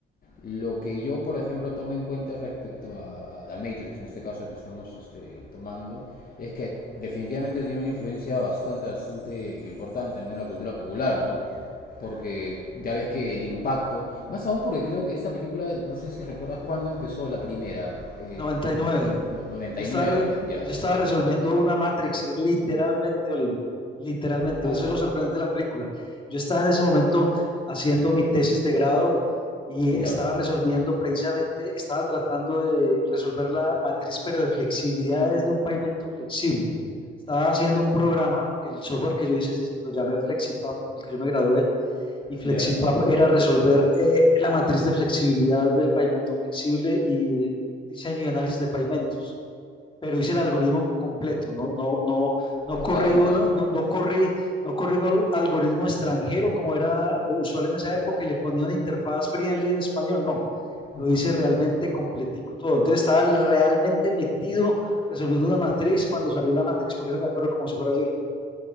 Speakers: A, on the left (about 45°); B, on the left (about 25°).
A: Lo que yo, por ejemplo, tomo en cuenta respecto a, a Matrix, en este caso que estamos este, tomando, es que definitivamente tiene una influencia bastante, bastante importante ¿no? en la cultura popular, ¿no? Porque ya ves que el impacto, más aún porque creo que esta película, no sé si recuerdas cuándo empezó la primera, eh,
B: noventa y nueve
A: no, noventa
B: Yo
A: y
B: estaba,
A: nueve
B: re-
A: ya.
B: yo estaba resolviendo una Matrix, literalmente, Oliver, literalmente.
A: Ah,
B: Eso es lo sorprendente de la película. Yo estaba en ese momento haciendo mi tesis de grado y estaba
A: ya,
B: resolviendo precisamente, estaba tratando de resolver la matriz, pero de flexibilidades de un pavimento flexible. Estaba haciendo un programa, el software que yo hice sí, lo llamé FlexiPap, con el que yo me gradué, y FlexiPap
A: ya.
B: era resolver eh, la matriz de flexibilidad del pavimento flexible y diseño y análisis de pavimentos pero hice el algoritmo completo, no, no, no, no
A: Ah,
B: corrí
A: caramba.
B: uno, no, no corrí, no corrí un algoritmo extranjero como era eh, usual en esa época y le ponía una interfaz friendly en español, no, lo
A: Ujú.
B: hice realmente completico todo, entonces estaba realmente metido resolviendo una matriz cuando salió la matriz, por eso me acuerdo como si fuera ayer.